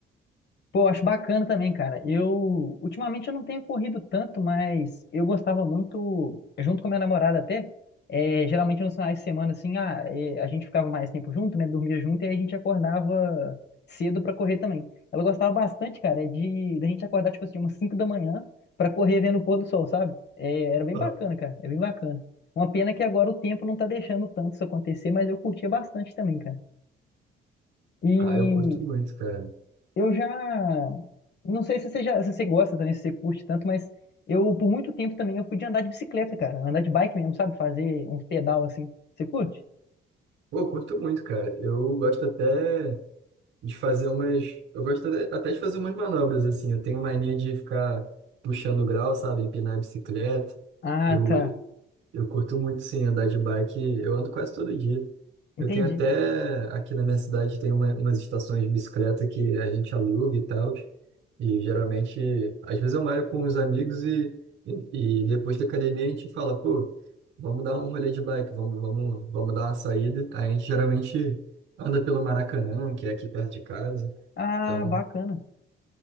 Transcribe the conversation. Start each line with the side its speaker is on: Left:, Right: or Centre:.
Left: Pô, acho bacana também, cara. Eu, ultimamente eu não tenho corrido tanto, mas eu gostava muito, junto com a minha namorada até, é, geralmente nos finais de semana, assim, ah, é, a gente ficava mais tempo junto, né, dormia junto, e aí a gente acordava cedo pra correr também. Ela gostava bastante, cara, de, da gente acordar, tipo assim, umas 5 da manhã pra correr vendo o pôr do sol, sabe? É, era bem
Right: Ah,
Left: bacana, cara, é bem bacana. Uma pena que agora o tempo não tá deixando tanto isso acontecer, mas eu curtia bastante também, cara. E
Right: Ah, eu curto muito, cara.
Left: eu já. Não sei se você, já, se você gosta também, se você curte tanto, mas eu, por muito tempo também, eu fui de andar de bicicleta, cara. Andar de bike mesmo, sabe? Fazer uns pedal assim. Você curte?
Right: Pô, eu curto muito, cara. Eu gosto até. de fazer umas. Eu gosto até até de fazer umas manobras, assim. Eu tenho mania de ficar puxando o grau, sabe? Empinar a bicicleta.
Left: Ah,
Right: Eu,
Left: tá.
Right: eu curto muito, sim, andar de bike. Eu ando quase todo dia.
Left: Entendi.
Right: Eu tenho até, aqui na minha cidade, tem uma- umas estações de bicicleta que a gente aluga e tal. E geralmente, às vezes eu malho com os amigos e, e, e depois da academia a gente fala, pô, vamos dar um rolê de bike, vamos, vamos, vamos dar uma saída. Aí a gente geralmente anda pelo Maracanã, que é aqui perto de casa.
Left: Ah,
Right: Então,
Left: bacana.